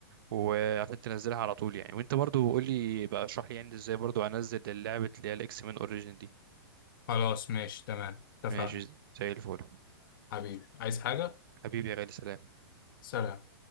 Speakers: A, on the right; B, on the left.
A: وعشان تنزلها على طول يعني وانت برضو قول لي بقى اشرح لي يعني ازاي برضو انزل اللعبه اللي هي الاكس مان اوريجين دي
B: خلاص ماشي تمام اتفقنا
A: ماشي زي الفل
B: حبيبي عايز حاجه
A: حبيبي يا غالي سلام
B: سلام